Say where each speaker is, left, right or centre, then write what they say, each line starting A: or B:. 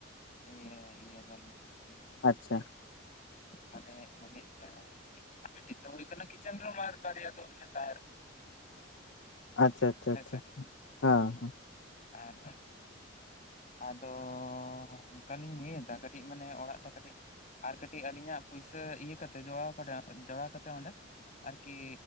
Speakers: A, on the left; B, on the left.
A: ᱤᱭᱟᱹ ᱤᱭᱟᱹ ᱫᱟᱞᱤᱧ ᱟᱞᱤᱧ
B: ᱟᱪᱪᱷᱟ᱾
A: ᱢᱚᱱᱮ ᱢᱚᱱᱮᱜᱠᱟᱱ ᱡᱤᱫᱽ ᱴᱤᱡ ᱫᱚ ᱦᱩᱭᱩᱜ ᱠᱟᱱᱟ ᱠᱤᱪᱮᱱ ᱨᱩᱢ ᱟᱨ ᱵᱟᱨᱮᱭᱟ ᱫᱚ ᱛᱟᱦᱮᱱ ᱨᱩᱢ᱾
B: ᱟᱪᱪᱷᱟ, ᱟᱪᱪᱷᱟ,
A: ᱦᱮᱸᱥᱮ
B: ᱟᱪᱪᱷᱟ, ᱟᱪᱪᱷᱟ, ᱦᱮᱸ᱾
A: ᱦᱩᱸ ᱦᱩᱸ ᱟᱨ ᱟᱫᱚ ᱚᱱᱠᱟᱞᱤᱧ ᱤᱭᱟ. ᱫᱟ ᱠᱟᱹᱴᱤᱡ ᱢᱟᱱᱮ ᱚᱲᱟᱜᱴᱟ ᱴᱟ ᱠᱟᱹᱴᱤᱪ ᱟᱨ ᱠᱟᱹᱴᱤᱪ ᱟᱹᱞᱤᱧᱟᱜ ᱯᱩᱭᱥᱟᱹ ᱤᱭᱟᱹ ᱠᱟᱛᱮ ᱡᱚᱲᱟᱣ ᱠᱟᱛᱮ ᱡᱚᱲᱟᱣ ᱠᱟᱛᱮ ᱚᱸᱰᱮ ᱟᱨᱠᱤ